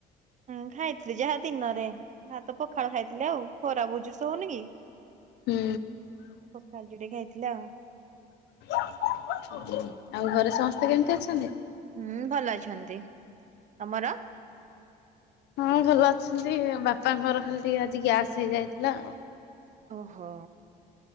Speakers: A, on the right (about 45°); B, on the left (about 80°).
A: ହଁ ଖାଇଥିଲି ଯାହା ଦିନରେ ଭାତ ପଖାଳ ଖାଇଥିଲି ଆଉ ଖରା ବୁହୁଯୁର୍ସେ ହଉନି କି?
B: ହୁଁ
A: ପଖାଲ ଯୁଡେ ଖା ଥିଲି <unintelligible>
B: ଆଉ ଘରେ ସମସ୍ତେ କେମିତି ଅଛନ୍ତି?
A: ହୁଁ ଭଲ ଅଛନ୍ତି ତମର
B: ହଁ ଭଲ ଅଛନ୍ତି ବାପାଙ୍କର ଖାଲି ଟିକେ ଆଜି ଗ୍ୟାସ୍ ହେଇଯାଇଥିଲା ଆଉ।
A: ଓହୋ